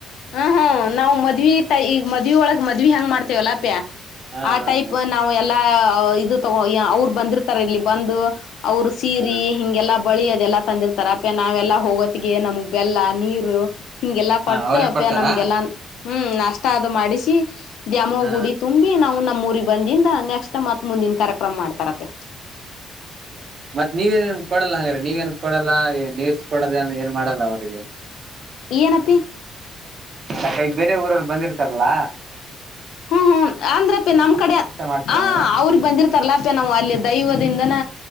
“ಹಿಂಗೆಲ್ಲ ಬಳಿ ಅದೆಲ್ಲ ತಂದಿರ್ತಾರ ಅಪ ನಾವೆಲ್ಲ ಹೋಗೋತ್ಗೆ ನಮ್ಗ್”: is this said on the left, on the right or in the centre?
Left